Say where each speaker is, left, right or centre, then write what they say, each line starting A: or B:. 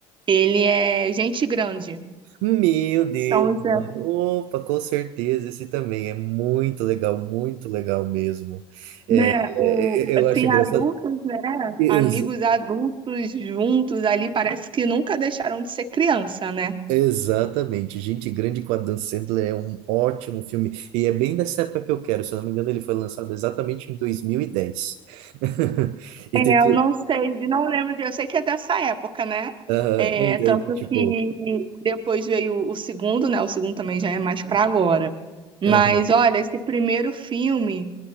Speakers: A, on the right; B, on the right.
A: Ele é gente grande.
B: Meu Deus,
A: São os, é,
B: mano. Opa, com certeza, esse também é muito legal, muito legal mesmo. É,
A: né,
B: é,
A: o,
B: é,
A: assim,
B: eu acho engraçado.
A: adultos, né?
B: Ex-
A: Amigos adultos juntos ali, parece que nunca deixaram de ser criança, né?
B: exatamente, Gente Grande com Adam Sandler é um ótimo filme. E é bem dessa época que eu quero, se eu não me engano, ele foi lançado exatamente em dois mil E dez. <laughs> E
A: É,
B: tem tudo.
A: eu não sei, não lembro de, eu sei que é dessa época, né?
B: Aham,
A: É,
B: é, então,
A: tanto
B: tipo.
A: que depois veio o segundo, né? O segundo também já é mais pra agora. Mas
B: aham,
A: olha, esse primeiro filme